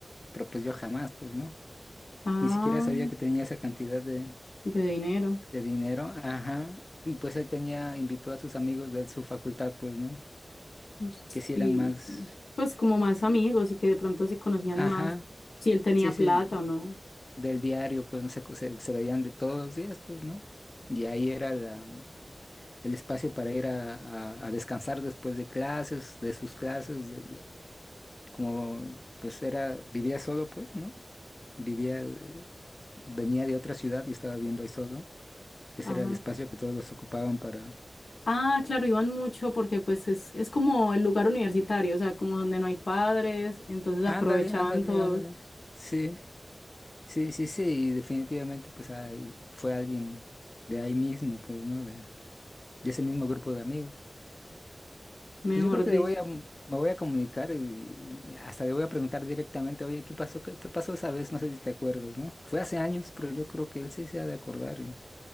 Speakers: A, on the left (about 35°); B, on the left (about 85°).
A: pero pues yo jamás, pues no.
B: Ah,
A: Ni siquiera sabía que tenía esa cantidad de,
B: de dinero.
A: de dinero, ajá. Y pues él tenía, invitó a sus amigos de su facultad, pues no.
B: Sí,
A: que sí eran más,
B: sí. pues como más amigos y que de pronto se conocían
A: ajá,
B: más si él tenía
A: sí, sí,
B: plata o no.
A: del diario, pues no sé, co- se, se veían de todos los días, pues, ¿no? Y ahí era la- el espacio para ir a, a- a descansar después de clases, de sus clases, de lo- como pues era, vivía solo, pues, ¿no? Vivía, eh, venía de otra ciudad y estaba viendo ahí solo. Ese
B: Ah,
A: era el espacio que todos los ocupaban para...
B: ah, claro, iban mucho porque pues es, es como el lugar universitario, o sea, como donde no hay padres, entonces
A: Ándale,
B: aprovechaban
A: ándale,
B: todos,
A: ándale. Sí, sí, sí, sí, y definitivamente pues ahí fue alguien de ahí mismo, pues, ¿no? De, de ese mismo grupo de amigos.
B: mejor
A: Pues yo creo que
B: dicho.
A: le voy a, me voy a comunicar y y hasta le voy a preguntar directamente, oye, ¿qué pasó? ¿Qué, qué pasó esa vez? No sé si te acuerdas, ¿no? Fue hace años, pero yo creo que él sí se ha de acordar, y-